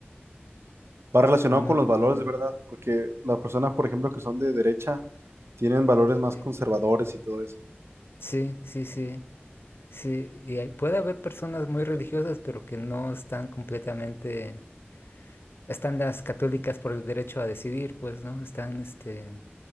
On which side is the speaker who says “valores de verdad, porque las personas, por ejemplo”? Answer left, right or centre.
Right